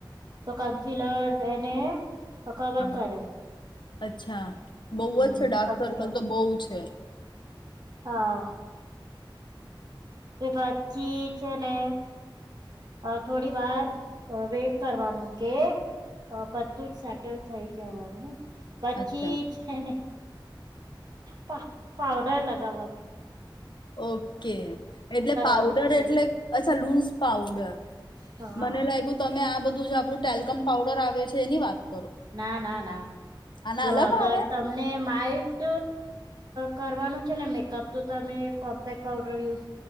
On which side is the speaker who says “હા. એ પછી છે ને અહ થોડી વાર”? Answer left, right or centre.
Right